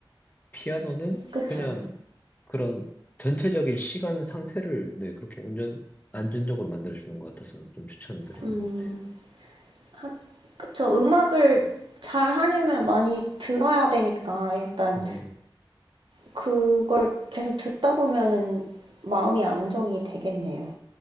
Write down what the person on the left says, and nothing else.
피아노는
그냥 그런 전체적인 시간 상태를, 네, 그렇게 온전, 안전적으로 만들어주는 것 같아서 좀 추천드리는
것 같아요.
네,